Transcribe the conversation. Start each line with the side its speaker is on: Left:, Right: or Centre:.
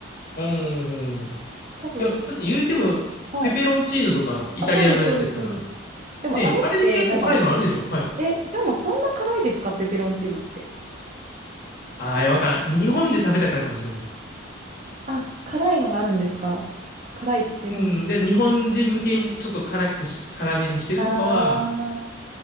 Left: うん。
Right: 多分そう。
Left: いや、だって言うても、
Right: はい。
Left: ペペロンチーノとかイタリアのやつだったら、
Right: あ、そうです、そうです、そうです。でもあれって、
Left: ねえ、あれで結構辛いのあるでしょはい。
Right: なんか、え、でもそんな辛いですかペペロンチーノって。
Left: ああ、いやわからん。日本で食べたからかもしれないです。
Right: あ、辛いのがあるんですか辛いペペロンチーノ。
Left: うん。で、日本人向けにちょっと辛くし、辛めにしてるとかは
Right: あ